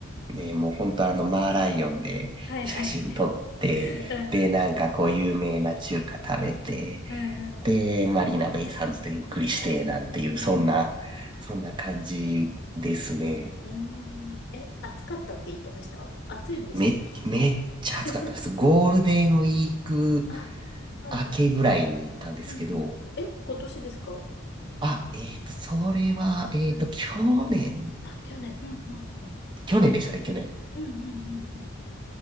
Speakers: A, on the right; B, on the left.
A: ね、もう本当あのマーライオンで写真撮って、
B: はいはいはい。うんうんうん。
A: で、なんかこう有名な中華食べて、
B: うんうんうん。
A: で、マリーナベイサンズとゆっくりして、なんていう、
B: うんうんうん。
A: そんな、そんな感じですね。
B: うん。え、暑かったって言ってました暑いんでしたっけ
A: め、めっちゃ暑かったです。
B: <laughs>
A: ゴールデンウィーク
B: あ、はいはいはい。
A: 明けぐらいに行ったんですけど、
B: うんうん。え、今年ですか
A: あ、えっと、それは、えっと、
B: うんうん。
A: 去年、
B: あ、去年。うんうんうん。
A: 去年でしたね、去年。
B: うんうんうんうんうん。